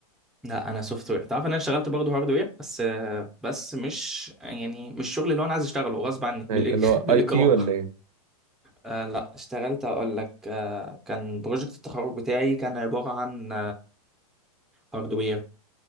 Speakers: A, in the centre; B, on the right.
A: لا انا سوفت وير تعرف ان انا اشتغلت برضه هارد وير بس بس مش يعني مش الشغل اللي هو انا عايز اشتغله غصب عني بالإج-
B: اي اللي هو
A: <laughs> بالاكراه
B: اي تي ولا ايه
A: آه لا اشتغلت اقول لك آه كان بروجكت التخرج بتاعي كان عباره عن هارد وير